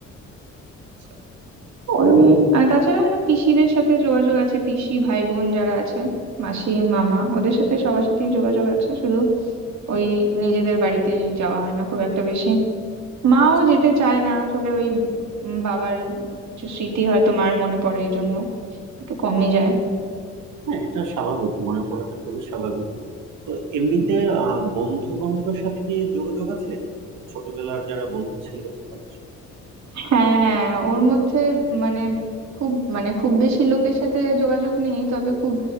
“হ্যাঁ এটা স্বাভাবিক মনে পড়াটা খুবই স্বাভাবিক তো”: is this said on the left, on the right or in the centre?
Right